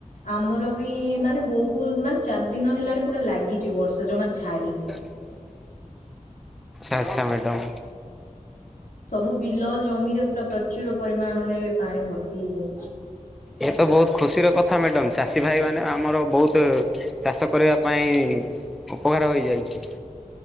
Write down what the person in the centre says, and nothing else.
<inaudible> ଆଚ୍ଛା ଆଚ୍ଛା ମ୍ୟାଡାମ୍।
ଏ ତ ବହୁତ୍ ଖୁସିର କଥା ମ୍ୟାଡମ୍ ଚାଷୀ ଭାଇ ମାନେ ଆମର ବହୁତ ଚାଷ। କରିବା ପାଇଁ ଉପକାର ହୋଇଯାଇଚି।